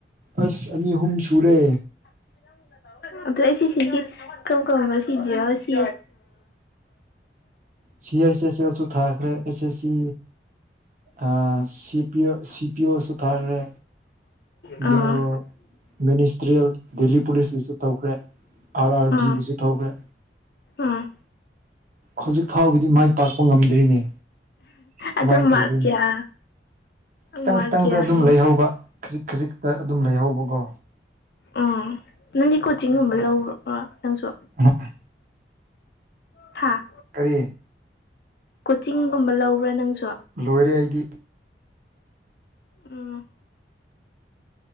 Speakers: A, on the right; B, on the left.
A: ꯑꯁ ꯑꯅꯤ ꯑꯍꯨꯝ ꯁꯨꯔꯦ
B: ꯁꯤ ꯍꯒ ꯇꯣ ꯑꯗꯣ ꯑꯦꯁ ꯑꯦꯁꯤꯒꯤ ꯀꯔꯝ ꯀꯔꯝꯕ ꯁꯤ ꯖꯤ ꯌꯦꯜ ꯁꯤ
A: ꯁꯤ ꯑꯁ ꯑꯦꯁ ꯑꯦꯜꯁꯨ ꯊꯥꯛ ꯑꯦꯁ ꯑꯦꯁ ꯁꯤ ꯑ ꯁꯤ ꯄꯤ ꯑꯣ ꯁꯤꯄꯤ ꯑꯣ ꯊꯥꯔꯦ
B: ꯑꯥ
A: ꯑꯣ ꯃꯤꯅꯤꯁꯇꯔꯤꯌꯦꯜ ꯗꯦꯜꯂꯤ ꯄꯨꯂꯤꯁꯀꯤꯁꯨ ꯇꯧꯈ꯭ꯔꯦ ꯑꯥꯔ ꯑꯥꯔ
B: ꯑꯥ
A: ꯕꯤꯒꯤꯁꯨ ꯇꯧꯈ꯭ꯔꯦ
B: ꯑꯥ
A: ꯍꯧꯖꯤꯛ ꯐꯥꯎꯒꯤꯗꯤ ꯃꯥꯏ ꯄꯥꯛꯄ ꯉꯝꯗ꯭ꯔꯤꯅꯦ ꯀꯃꯥꯏꯅ
B: ꯑꯗꯣ ꯃꯥꯛ
A: ꯇꯧꯗꯣꯏꯅꯣ
B: ꯀꯌꯥ
A: ꯈꯤꯇꯪ
B: ꯃꯥꯔꯛ
A: ꯈꯤꯇꯪꯗ
B: ꯀꯌꯥꯃꯨꯛ
A: ꯑꯗꯨꯝ ꯂꯩꯍꯧꯕ ꯈꯖꯤꯛ ꯈꯖꯤꯛꯇ ꯑꯗꯨꯝ ꯂꯩꯍꯧꯕꯀꯣ
B: ꯎꯝ ꯅꯪꯒꯤ ꯀꯣꯆꯤꯡꯒꯨꯝꯕ ꯂꯧ ꯅꯪꯁꯨ
A: ꯍ
B: ꯊꯥ
A: ꯀꯔꯤ
B: ꯀꯣꯆꯤꯡꯒꯨꯝꯕ ꯂꯧꯕ꯭ꯔꯥ ꯅꯪꯁꯨ
A: ꯂꯣꯏꯔꯦ ꯍꯥꯏꯗꯤ
B: ꯎꯝ